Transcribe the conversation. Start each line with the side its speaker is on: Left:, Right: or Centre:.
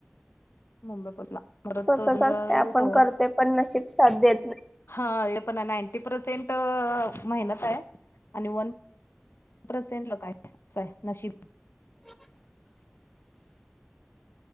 Left: मुंबईपला परत
Centre: तसच
Left: दु
Centre: असते आपण
Left: सोळा
Centre: करतोय पण नशीब साथ देत नाही
Left: हा पण नाइनटी पर्सेंट मेहनत आहे आणि वन प सेंट ल का आहे असं आहे नशीब
Centre: <unintelligible>